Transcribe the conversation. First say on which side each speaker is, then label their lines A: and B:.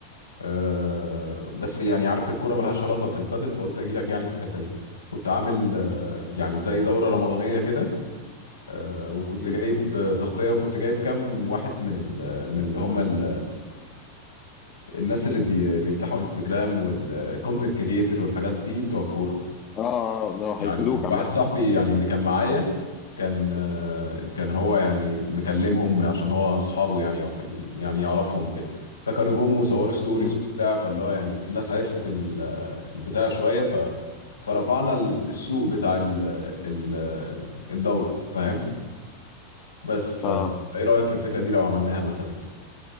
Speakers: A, on the left; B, on the left.
A: أه، بس يعني عارف الكوره ملهاش علاقه في البادل فقلت اجي لك يعني في الحته دي كنت عامل أه، يعني زي دوره رمضانيه كده أه، وكنت
B: مم.
A: جايب آه، تغطيه وكنت جايب كام واحد من ال من اللي هم ال- الناس اللي بي- بيفتحوا انستجرام والكونتنت كريتور والحاجات دي بتوع الكوره
B: اه اه لا،
A: يعني
B: هيفيدوك
A: واحد
B: عامة
A: صاحبي يعني اللي كان معايا كان آه، كان هو يعني مكلمهم عشان هو اصحابه يعني او في ال... يعني يعرفهم وكده فكانوا جم وصوروا ستوريز
B: مم.
A: وبتاع فاللي هو يعني الناس عرفت ال... آه، البتاع شويه ف... فرفعنا ال- السوق بتاع ال... ال... آه، الدوره فاهم بس ف...
B: اه
A: فايه رايك في الفكره دي لو عملناها مثلا